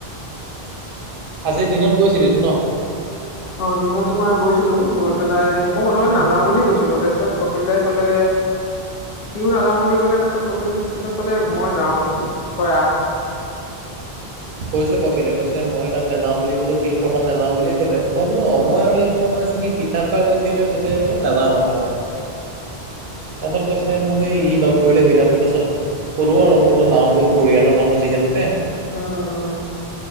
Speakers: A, on the right; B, on the left.
A: আজিৰ দিনত গৈছিলিটো ন।
B: অ দিনত তোমাৰ গৈছিলো গৈ পেলাই মই প্ৰথমতে নাযাও
A: উম।
B: বুলি কৈছিলো তাৰপাছত কপিলে ক'লে সিও নাযাওঁ বুলি ক'লে তাছত কপিল পিছত কলে
A: অ',
B: মই যাওঁ তই আহ।
A: কৈছে কপিলে কৈছে মই তাক নাযাওঁ বুলি কলো সিও প্ৰথম নাযাওঁ বুলিয়েই কলে মই বোলো অ
B: উম
A: মই আৰু ইয়াক ফোন মাইছো কি পিঠা খোৱা গৈছিলে কৈছে এই নাযাওঁ আৰু কামলে। তাছত কৈছে মোক সেই ই লগ ধৰিলে বিদানটো আছত। ক'লোঁ আৰু মইনো যাওঁ ব'ল পৰিয়ালৰ মানুহ যিহেতুকে।
B: অ অহ।